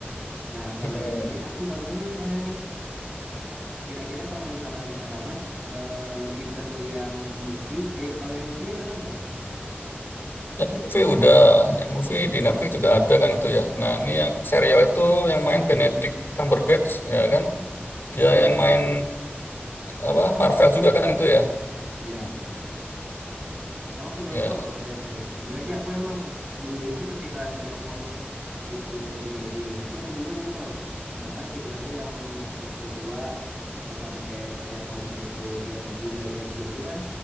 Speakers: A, on the right; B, on the left.
A: Nah kalau
B: hmm.
A: yang series aku baru dengar soalnya Mas. Kira-kira kalau misalkan kata Mas eh, lebih seru yang movie, eh kalau yang movie-nya udah nonton Mas?
B: Yang movie udah, yang movie di Netflix juga ada kan itu ya. Nah, ini yang serial itu yang main Benedict Cumberbatch ya kan?
A: Oh
B: Dia
A: ya
B: yang
A: berarti.
B: main apa? Marvel juga kan itu ya.
A: Ya. Oh, aku baru
B: Ya.
A: tahu loh kalau yang series. Jujur aja, aku emang dulu itu ketika Sherlock Holmes itu jadi movie, aku juga nonton. Bahkan sequelnya yang satu kedua, yang sampai Sherlock Holmesnya itu dia terjun dari air terjun itu kan,